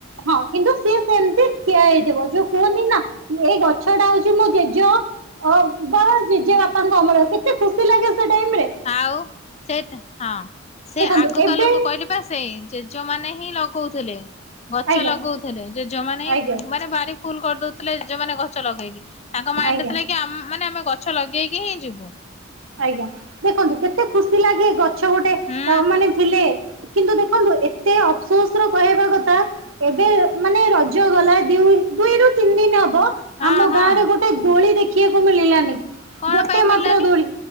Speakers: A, on the right; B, on the left.
A: ହଁ, କିନ୍ତୁ ସିଏ ସେମିତି ଠିଆ ହେଇଥିବ ଯୋଉ କୁହନ୍ତି ନା ଏଇ ଗଛ ଟା ହଉଛି ମୋ ଜେଜ ଅ ବା ଜେଜେ ବାପାଙ୍କ ଅମଳ। ର କେତେ ଖୁସି ଲାଗେ ସେ ଟାଇମରେ।
B: ଆଉ, ସେ ହଁ, ସେ
A: ଦେଖନ୍ତୁ
B: ଆଗକା
A: ଏବେ
B: ଲୋକ କହିଲେ ଏପଟେ ସେଇ ଜେଜ ମାନେ ହିଁ ଲଗଉଥିଲେ। ଗଛ
A: ଆଜ୍ଞା
B: ଲଗଉଥିଲେ। ଜେଜମାନେ ହିଁ
A: ଆଜ୍ଞା
B: ମାନେ ବାଡ଼ି ଫୁଲ୍ କରିଦଉଥିଲେ, ଯୋଉମାନେ ଗଛ ଲଗେଇକି। ତାଙ୍କ ମାଇଣ୍ଡରେ
A: ଆଜ୍ଞା
B: ଥିଲା କି ମାନେ, ଆମେ ଗଛ ଲଗେଇକି ହିଁ ଯିବୁ।
A: ଆଜ୍ଞା। ଦେଖନ୍ତୁ କେତେ ଖୁସି ଲାଗେ ଗଛ ଗୋଟେ ଅ
B: ହୁଁ
A: ମାନେ ଥିଲେ। କିନ୍ତୁ, ଦେଖନ୍ତୁ ଏତେ ଅପସୋସ୍ ର କହିବା କଥା ଏବେ ମାନେ ରଜ ଗଲା ଦ୍ୟୁଇ -ଦୁଇରୁ ତିନି ଦିନ ହବ।
B: ହଁ
A: ଆମ
B: ହଁ।
A: ଗାଁ ରେ ଗୋଟେ ଦୋଳି ଦେଖିବାକୁ ମିଳିଲାନି,
B: କଣ
A: ଗୋଟେ
B: ପାଇଁ ମିଳିଲାନି
A: ମାତ୍ର ଦୋଳି।